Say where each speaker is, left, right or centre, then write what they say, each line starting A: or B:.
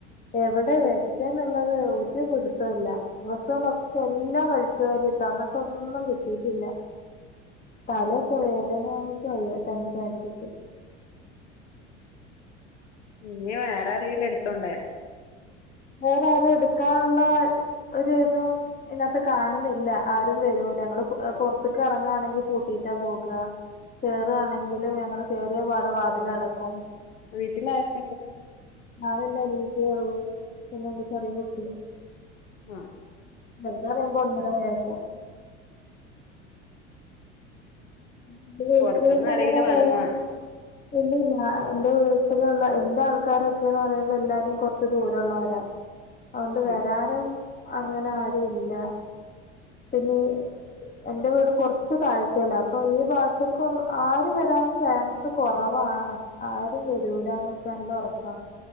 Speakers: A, on the left; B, on the left.
A: എവിടെ വെച്ചെന്നുള്ളത് ഒരു പിടിത്തവുമില്ല ഡ്രസ്സുകളൊക്കെ എല്ലാം വലിച്ച് വാരി ഇട്ട് എന്നിട്ടൊന്നും കിട്ടിട്ടില്ല തലയൊക്കെ വേദനായിട്ട് വെയ്യ ടെൻഷനടിച്ചിട്ട്.
B: ഇനി വേറെ ആരേലും എടുത്തോണ്ടായ?
A: വേറെ ആരും എടുക്കാള്ള ഒരു ഇതും, അയിനകത്ത് കാണുന്നില്ല ആരും വരൂല ങ്ങള് പൊ പൊറത്തേക്ക് ഇറങ്ങുകയാണെങ്കി പൂട്ടിട്ടാ പോകാ കേറുവാണെങ്കിലും ഞങ്ങള് കേറിയ പാട വാതിലടക്കും
B: വീട്ടിലാരൊക്കണ്ട്?
A: ഞാനും എന്റെ അനിയത്തിയെ ള്ളൂ പിന്നെ എന്റെ ചെറിയ കുട്ടിയും
B: ആഹ്
A: ഫെബ്രുവരി ആവുമ്പോ ഒന്നര വയസ്സ് എന്റെ വീട്ടിലേക്ക്
B: പൊറത്തുന്ന് ആരേലും
A: അങ്ങനെ
B: വന്നാ?
A: വരാന് ഇല്ലില്ല എന്റെ വീട്ടിലുള്ള എന്റെ ആൾക്കാരൊക്കെയന്ന് പറയുമ്പോൾ എല്ലാരും കുറച്ച് ദൂരള്ളോരാ
B: <inaudible>
A: അതൊണ്ട്
B: ഉം
A: വരാനും അങ്ങനെ ആരുല്ല പിന്നെ എന്റെ വീട് കൊറച്ച് താഴ്ചയില അപ്പൊ ഈ ഭാഗത്ത്ക്ക് ആര് വരാനും ചാൻസ് കൊറവാണ് ആരും വരൂല
B: ഉം
A: ന്നൊക്കെ നല്ല ഉറപ്പാ